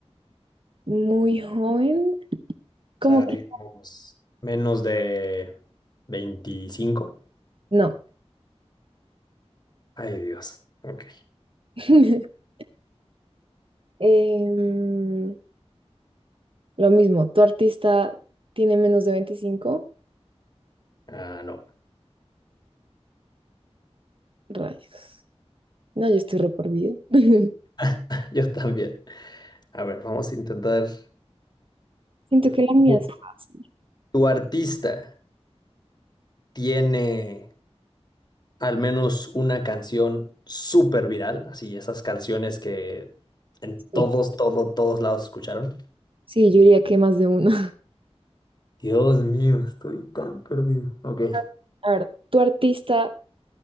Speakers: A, on the right; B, on the left.
A: muy joven, como
B: O sea,
A: que
B: digamos, menos de 25.
A: no.
B: Ay, Dios. Ok.
A: <laughs> Em, Lo mismo, tu artista tiene menos de 25
B: Ah, no.
A: rayos. No, yo estoy re perdida. <laughs>
B: <laughs> Yo también. A ver, vamos a intentar.
A: Siento
B: a ver,
A: que la
B: ¿tu,
A: mía es fácil.
B: tu artista tiene al menos una canción súper viral? Así, esas canciones que en todos,
A: Sí,
B: todos, todos lados escucharon.
A: Sí, yo diría que más de uno.
B: Dios mío, estoy tan perdido. Ok.
A: <laughs> A ver, ¿tu artista